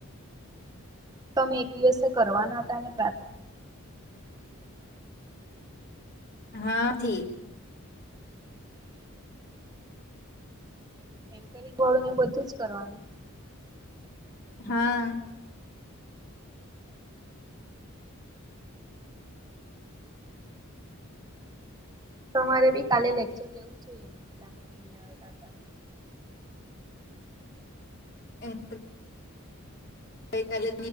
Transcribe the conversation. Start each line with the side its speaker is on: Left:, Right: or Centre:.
Right: તમે એક દિવસે કરવાના હતા ને, પ્રાર્થના?
Left: હા થી.
Right: એન્કરિંગ વાળું ને, બધું જ કરવાનું.
Left: હા.
Right: તો રે, બી કાલે લેક્ચર લેવું જોઈએ, એ પેલા મેમના આવેલા હતા.
Left: એ. કાલે